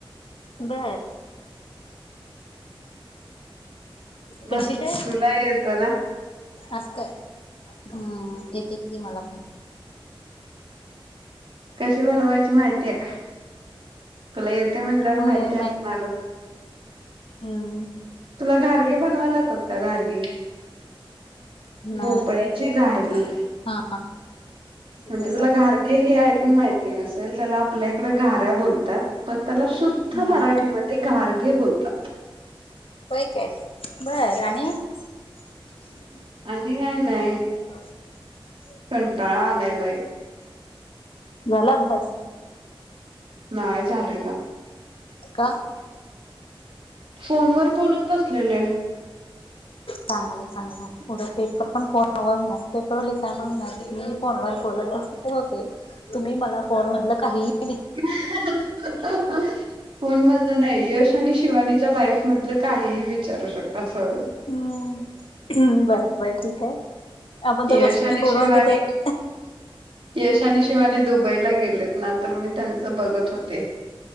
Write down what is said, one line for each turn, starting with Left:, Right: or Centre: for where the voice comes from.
Left: बर
Right: भर
Left: कशी काय.
Right: तुला येतं ना
Left: आज कर हम्म येते की मला पण.
Right: कशी बनवायची माहिती आहे का. तुला येतंय म्हणल्यावर
Left: होय
Right: माहिती असणारच.
Left: हम
Right: तुला घारगे बनवायला येतात का घारगे.
Left: नाही
Right: भोपळ्याचे घारगे
Left: हा.
Right: म्हणजे
Left: येतात
Right: तुला घारगे हे ऐकून माहिती नसेल त्याला आपल्या इकडे गऱ्या बोलतात. पण त्याला शुद्ध
Left: हा
Right: मराठीमध्ये घारघे बोलतात.
Left: होय काय बरं आणि. <inaudible>
Right: आणि काय नाही.
Left: <inaudible>
Right: कंटाळा आलाय बाई.
Left: झाला अभ्यास.
Right: नाही झालेला.
Left: का <inaudible>
Right: फोनवर बोलत बसलेले <inaudible>
Left: चांगल चांगलय उद्या पेपर पण फोनवर पेपरवरि पण मी फोनवर बोलतच होते तुम्ही मला फोन मधल काहीही
Right: <unintelligible> फोन मधलं नाही यश आणि शिवानीच्या लाईफमधलं काहीही विचारू शकता सगळ.
Left: हम्म बरं बरं ठीक आहे. आपण
Right: यश आणि शिवानी
Left: <unintelligible> तिथे. <inaudible>
Right: यश आणि शिवानी दुबईला गेलेत ना तर मी त्यांचं बघत होते